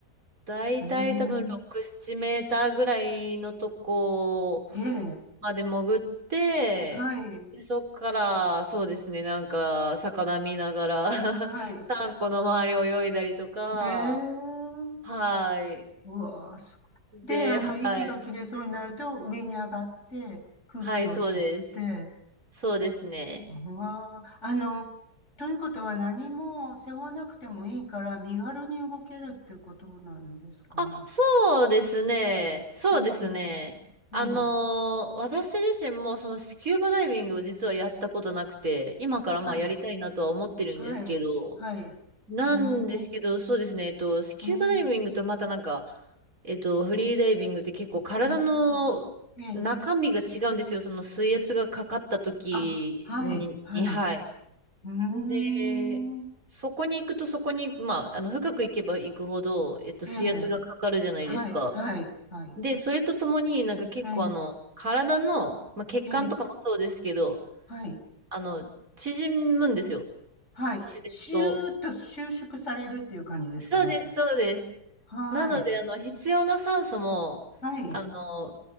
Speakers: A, on the right (about 55°); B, on the left (about 40°).
A: 大体多分6、
B: うん、
A: 7メーターぐらいのとこ
B: ええ、
A: まで潜って、
B: はい、
A: で、そっから、そうですね、なんか、魚見ながら
B: はい。
A: <laughs> サンゴ <laughs> の周り泳いだりとか、
B: ええ、
A: はい。
B: うわあ、すごい。
A: で、
B: で、あの、息が切れそうになると、
A: はい。
B: 上に上がって、空気を吸って、
A: はい、そうです。そうですね。
B: わあ、あの、ということは何も背負わなくてもいいから身軽に動けるっていうことなんですかね。
A: あ、そうですね。そうですね。
B: うん。ええ。
A: あのー私自身もそのスキューバダイビングを実はやったことなくて、今からまあやりたいなとは思ってるんですけど、
B: はい。はい。はい。
A: なんですけど、
B: ええ。
A: そうですね、えっと、スキューバダイビングとまたなんか、
B: うん。
A: えっと、フリーダイビングって結構体の中身が違うんですよ。
B: うん。ええ。
A: その水圧がかかった時に、
B: あ、はい。はい。
A: にはい。
B: うーん。
A: で、そこに行くとそこに、まあ、あの、深く行けば行くほど、えっと、
B: ええ。
A: 水圧がかかるじゃないですか。
B: はい。はい。はい。
A: で、それとともになんか結構あの、
B: ええ。
A: 体の、まあ、血管とかもそうですけど、
B: ええ。はい。
A: あの、縮むんですよ。
B: はい。
A: 自然と。
B: シューッと収縮されるっていう感じですかね。
A: そうです、そうです。
B: はい。
A: なので、あの、必要な酸素も、
B: はい。
A: あの、